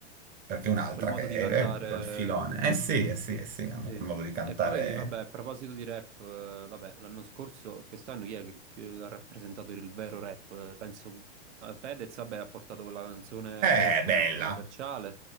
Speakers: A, on the right; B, on the right.
A: Perché un'altra
B: Quel modo
A: che
B: di
A: è,
B: cantare.
A: è tutto il filone. Eh sì, eh sì, eh sì, hanno
B: Sì.
A: quel modo di cantare.
B: E poi, vabbè, a proposito di rap, eh, vabbè, l'anno scorso, quest'anno chi è che, che ha rappresentato il vero rap? Eh, Penso eh, Fedez, vabbè, ha portato quella canzone
A: Eh,
B: molto,
A: bella.
B: molto commerciale,